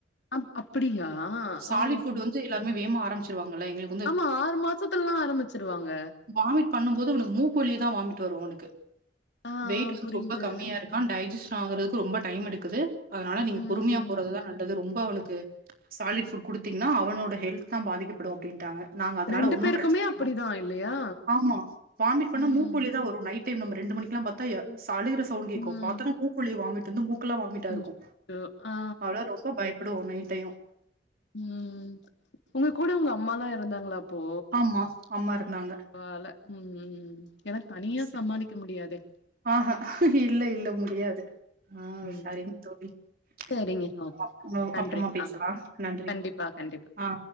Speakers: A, on the left (about 75°); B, on the right (about 55°).
A: ஆ அப்படியா
B: சாலிட்
A: ஓ
B: ஃபுட் வந்து எல்லாருமே வேம்மா ஆரம்பிச்சிருவாங்களஎங்களுக்கு
A: ஆமா ஆறு மாசத்துலல்லா ஆரம்பிச்சிருவாங்க
B: வாமிட் பண்ணும் போது இவ்னுக்கு மூக்கு வழியே தா வாமிட் வரு இவுனுக்கு
A: ஆ
B: வெயிட் வந்து
A: புரியுது
B: ரொம்ப கம்மியாருக்கு கான் டைஜிசன் ஆகுறக்கு ரொம்ப டைம் எடுக்குது அதனால நீங்க
A: ம்
B: பொறுமையா
A: ம்
B: போறதுதா நல்லது ரொம்போ அவனுக்கு சாலிட் ஃபுட் குடுத்திங்னா அவனோட ஹெல்த் தா பாதிக்கப்படு அப்டின்ட்டாங்க நாங்க அதனால
A: ரெண்டு
B: ஒன்னு
A: பேருக்குமே
B: பிரச்சன
A: அப்படிதா
B: இல்ல
A: இல்லையா
B: ஆமா வாமிட் பண்ண
A: ம்
B: மூக்கு வழியா தா வரு நைட் டைம் நம்ம ரெண்டு மணிக்கெல்லா பாத் தா சழுகிற சவுண்ட் கேக்கு
A: ம்
B: பாத்தோனே மூக் வழியா வாமிட் வந்து மூக்கலா வா மிட்டா
A: அச்சச்சோ
B: இருக்கு
A: ஆ ஆ
B: அவ்ளா ரொம்ப பயப்படுவோ நைட் டயோ
A: ம் உங்க கூட உங்கம்மாலா இருந்தாங்ளா அப் போ
B: ஆமா அம்மா இருந்தாங்க
A: வேல ம் எனக் தனியா
B: சரி
A: சாமளி க்க முடியாதே
B: அ ஆ இல்ல இல்ல முடியாது ஆ
A: ம்
B: சரிங் தோழி
A: சரிங்க
B: <inaudible>
A: ஓகே நன்றி
B: அப்றமா பேசலா
A: ஆ
B: நன்றி
A: கண்டிப்பா கண்டிப்பா
B: ஆ